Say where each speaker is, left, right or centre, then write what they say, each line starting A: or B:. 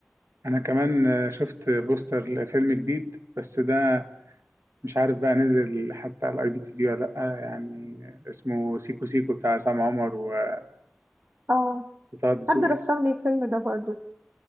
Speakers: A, on the right; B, on the right.
A: أنا كمان شفت بوستر لفيلم جديد بس ده مش عارف بقى نزل حتى على الأي بي تي في ولا لأ يعني اسمه سيكو سيكو بتاع عصام عمر و-
B: اه
A: وطه دسوقي
B: حد رشح لي الفيلم ده برضو